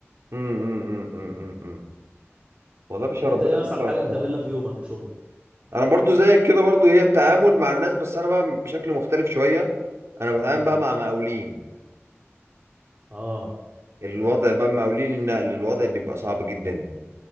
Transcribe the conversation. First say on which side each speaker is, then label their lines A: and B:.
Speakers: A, on the right; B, on the right.
A: امم أمم، أمم، أمم، أمم. والله يا باشا
B: انت
A: ربنا
B: ايه
A: يوفقك
B: اصعب حاجة
A: صراحه
B: بتقابلها في يومك في شغلك
A: انا برضو زيك كده برضو هي التعامل مع الناس بس انا بقى بشكل مختلف شويه انا بتعامل
B: امم
A: بقى مع مقاولين
B: اه
A: الوضع بقى مقاولين النقل الوضع بيبقى صعب جدا